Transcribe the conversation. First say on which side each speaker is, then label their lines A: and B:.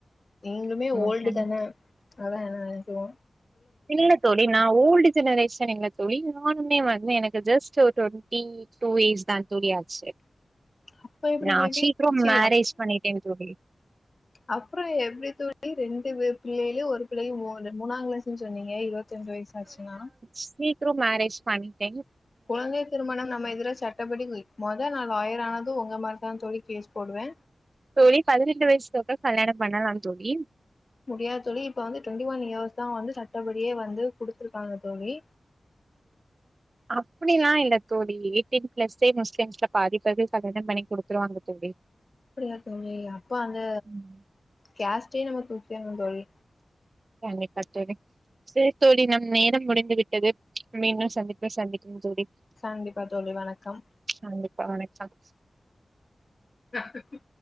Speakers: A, on the left (about 45°); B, on the right (about 45°).
A: நீங்களுமே
B: ம்
A: ஓல்டு
B: கண்டி-
A: தான அத என்னா நெனைக்றோ
B: இல்ல தோழி நா ஓல்டு ஜெனரேஷன் இல்ல தோழி நானுமே வந்து எனக்கு ஜெஸ்ட் ஒரு டொண்ட்டி டூ இஸ் தா தோழி ஆச்சி
A: அப்ப எப்டி
B: நா
A: பேபி
B: சீக்கிரம்
A: சி
B: மேரேஜ் பண்ணிட்டே தோழி
A: அப்பற எப்டி தோழி ரெண்டு வே பிள்ளையிலு ஒரு பிள்ளைய மோடு மூணா கிளாஸ்ன்னு சொன்னீங்க இருவத்தி அஞ்சு வயசு ஆச்சுன்னா
B: ஸ்வீட் ட்ரூ மேரேஜ் பண்ணிகிட்டங்
A: குழந்தை திருமணம் நம்ம எதிரா சட் டப்படி மொத நா லாயர் ஆனது உங்க மேலதா தோழி கேஸ் போடுவே
B: தோழி பதினெண்டு வயசுக்கப்பற கல்யாணம் பண்ணலா தோழி
A: முடியாது தோழி இப்ப வந்து டொண்ட்டி ஒன் இயர்ஸ் தா வந்து சட்டப்படியே வந்து குடுத்துருக்காங்க தோழி
B: அப்டிலா இல்ல தோடழி எயிட்டின் பிளஸ்ஸே முஸ்லிம்ஸ்ல பாதிப் பேருக்கு கல்யாணம் பண்ணி குடுத்துருவாங்க தோழி
A: அப்டியா தோழி அப்ப அந்த
B: ம்
A: கேஸ்டே நம்ம தூக்கிர்னு தோழி
B: கண்டிப்பா தோழி சேரி தோழி நம் நேரம் முடிந்து விட்டது மீண்டும் சந்திப்ப சந்திக்கு தோழி
A: கண்டிப்பா தோழி வணக்கம்
B: கண்டிப்பா வணக்கம்
A: <inaudible>